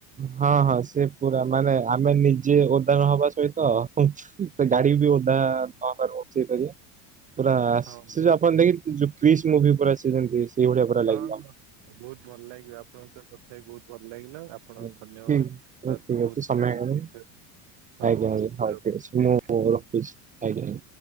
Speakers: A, on the right; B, on the right.
A: ହଁ ହଁ ସେ ପୁରା ମାନେ ଆମେ ନି ଯିଏ ଓଦା ନହବା ସହିତ ସେ ଗାଡି ବି ଓଦା ନହବାରୁ ବଞ୍ଚେଇ ପାରିବ। ପୁରା
B: ହଁ
A: ସେ ଯୋଉ ଆପଣ ଦେଖୀ ଯୋଉ କ୍ରିଶ୍ ମୁଭି ପୁରା ସିଏ ଯେମିତି ସେଇଭଳିଆ ପୁରା
B: ହଁ
A: ଲାଗିବ।
B: ହଁ ବହୁତ ଭଲ୍ ଲାଗିବ ଆପଣଙ୍କ ସହ କଥା ହେଇ ବହୁତ ଭଲ୍ ଲାଗିଲା। ଆପଣ
A: ଠିକ୍
B: ଧନ୍ୟବାଦ୍
A: ଠିକ୍
B: ବହୁତ୍
A: ଅଛି ସମୟ
B: ଟାଇମ୍
A: ହେଇଗଲାଣି
B: ଦେଇଥିବାରୁ। ହଉ
A: ଆଜ୍ଞା ଆଜ୍ଞା ହଉ
B: ରଖୁଛି
A: ଠିକ୍ ଅଛି
B: ଆଜ୍ଞା।
A: ମୁଁ ରଖୁଚି ଅଜ୍ଞା।